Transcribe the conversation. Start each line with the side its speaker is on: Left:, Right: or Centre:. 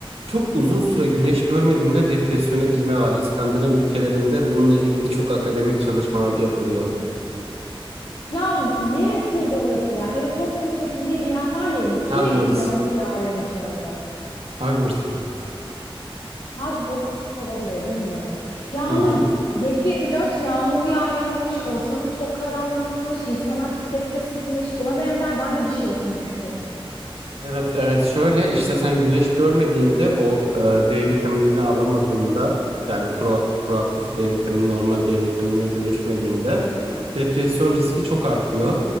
Right: Çok uzun süre güneş görmediğinde depresyona girme var. İskandinav ülkelerinde bununla ilgili birçok akademik çalışma yapılıyor.
Left: ya neresiydi orası ya Harry Potter'ın çekildiği bir yer var ya sürekli
Right: Hogwarts.
Left: yağmur yağıyormuş orada.
Right: Hogwarts mı?
Left: Hogwarts olabilir bilmiyorum. Ya ama
Right: Hı hı.
Left: 7-24 yağmur yağıyormuş, ortalık çok karanlıkmış, insanlar çok depresifmiş. Buna benzer ben de bir şey okumuştum.
Right: Evet evet şöyle işte sen güneş görmediğinde o e, D vitaminini alamadığında yani pro, proaktif D vitamini normal D vitaminine dönüşmediğinde depresyon riski çok artıyor.